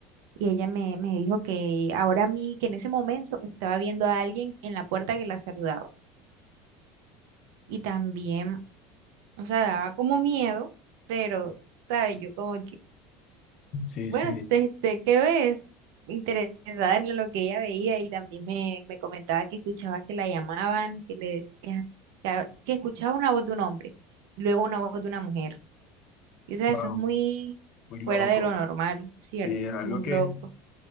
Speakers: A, on the right (about 80°); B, on the left (about 55°).
A: Y ella me, me dijo que ahora a mí, que en ese momento estaba viendo a alguien en la puerta que la saludaba. Y también, o sea, daba como miedo, pero, ¿sabes? Yo como que,
B: Sí,
A: bueno,
B: sí,
A: este, este, ¿qué ves? Interesada en lo que ella veía y también me, me comentaba que escuchaba que la llamaban, que le decían, que, hab- que escuchaba una voz de un hombre y luego una voz de una mujer. Y o sea,
B: wow,
A: eso es muy
B: muy loco.
A: fuera de lo normal, ¿cierto?
B: Sí, es algo
A: Muy
B: que,
A: loco.